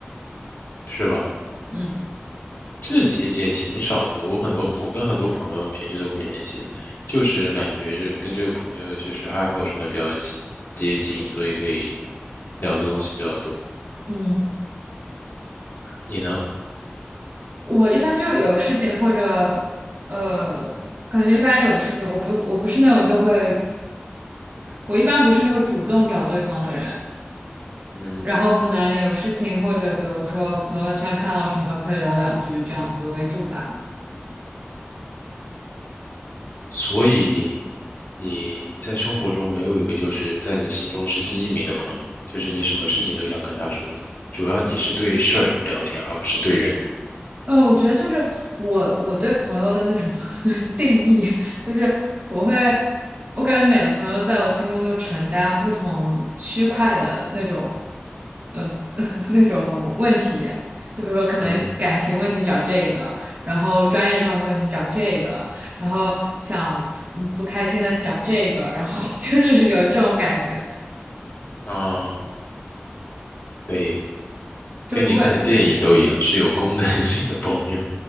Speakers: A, on the left (about 55°); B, on the right (about 40°).
A: 是吧？
B: 嗯
A: 这些也挺少的，我很多我跟很多朋友平时都不联系的，就是感觉这跟这个朋友就是爱好什么比较接近，所以可以聊的东西比较多。
B: 嗯，
A: 你呢？
B: 我一般就有事情或者呃，感觉一般有事情，我不我不是那种就会，我一般不是那个主动找对方的人，
A: 嗯。
B: 然后可能有事情或者比如说朋友圈看到什么可以聊两句这样子为主吧。
A: 所以你你在生活中没有一个就是在你心中是第一名的朋友，就是你什么事情都想跟他说的，主要你是对事儿聊天，而不是对人。
B: 嗯，我觉得就是我我对朋友的那种 <laughs> 定义，就是我会，我感觉每个朋友在我心中就承担不同区块的那种，嗯、呃 <laughs> 那种问题，就比如说可能感情问题找这个，
A: 嗯
B: 然后专业上的问题找这个，然后想嗯不开心的找这个，然后 <laughs> 就是有这种感觉。
A: 啊，对，
B: 就不会。
A: 跟你看的电影都一样，是有功能 <laughs> 性的朋友。